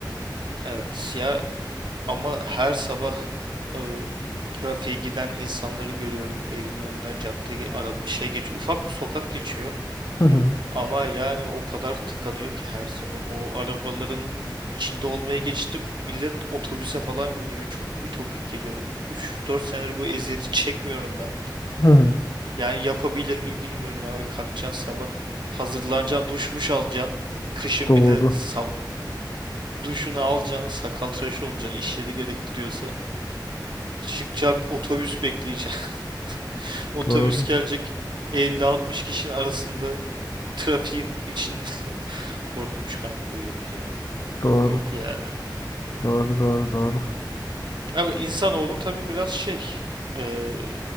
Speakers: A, on the right (about 75°); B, on the left (about 45°).
A: Evet ya ama her sabah e, trafiğe giden insanları görüyorum. Evimin önünden caddeye araba şey geç ufak bir sokak geçiyor.
B: Hı hı,
A: Ama yani o kadar tıkanıyor ki her sabah. O arabaların içinde olmaya geçti. Millet otobüse falan biniyor. Çok ütopik geliyor. Üç dört senedir bu eziyeti çekmiyorum ben.
B: hı hı.
A: Yani yapabilir miyim bilmiyorum abi. Kalkacaksın sabah. Hazırlanacaksın, duşmuş alacaksın. Kışın
B: Doğru,
A: bir de sab Duşunu alacaksın, sakal tıraşı olacaksın, iş yeri gerektiriyorsa. Çıkacaksın, otobüs bekleyeceksin. <laughs> Otobüs
B: doğru,
A: gelecek 50-60 kişinin arasında trafiğin içinde. <laughs> Korkunç kanka yok ya.
B: doğru,
A: Yok yani.
B: doğru, doğru, doğru.
A: Ama insanoğlu tabii biraz şey. eee